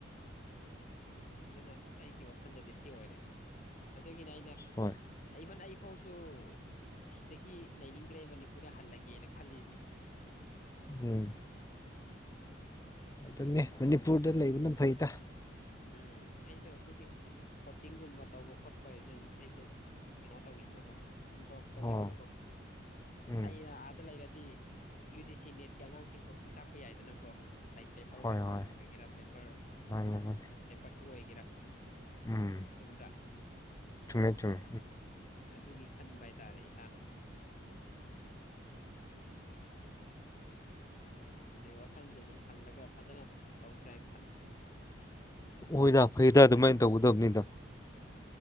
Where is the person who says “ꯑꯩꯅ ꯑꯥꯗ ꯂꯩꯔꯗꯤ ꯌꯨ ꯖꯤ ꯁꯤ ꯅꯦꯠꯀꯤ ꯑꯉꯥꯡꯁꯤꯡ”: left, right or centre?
Left